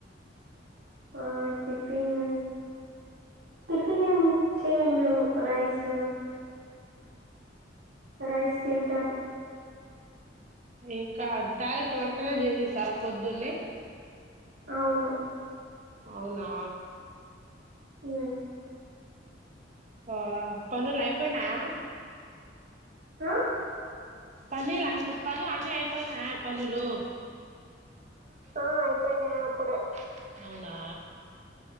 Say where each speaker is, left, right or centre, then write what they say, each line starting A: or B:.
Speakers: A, on the right; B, on the right.
A: ఆ టిఫిన్, టిఫిన్ ఏమి చేయమ్ మేము రైస్ రైస్ తింటాం
B: ఇంకా డైరెక్ట్ వంటనే చేసిస్తారా పొద్దున్నే
A: అవును
B: అవునా
A: ఊ
B: ఓ పనులు ఐపోయినాయా
A: ఆ
B: పనీలు అన్నీ పలు అన్నీ అయిపోయినాయా పనులు ఆ అయిపోయినాయి అప్పుడే అవునా